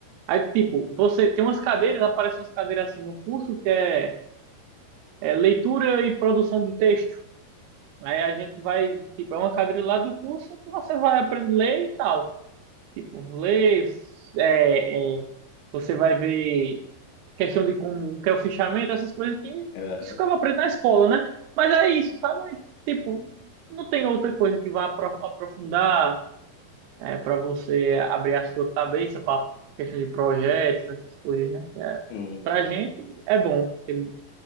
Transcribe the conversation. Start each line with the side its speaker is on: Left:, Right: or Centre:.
Right: Aí, tipo, você tem umas cadeiras, aparecem umas cadeiras assim no curso que é, é leitura e produção de texto. Aí a gente vai, tipo, é uma cadeira lá do curso que você vai aprender a ler e tal. Tipo, ler, é, é, você vai ver questão de como o que é o fichamento, essas coisas que
Left: é, é,
Right: isso acaba aprendendo na escola, né? Mas é isso, sabe? Tipo, não tem outra coisa que vá apro- aprofundar é, para você abrir a sua cabeça para questão de projetos, essas coisas, né? Que é,
Left: hum,
Right: para a gente é bom ter-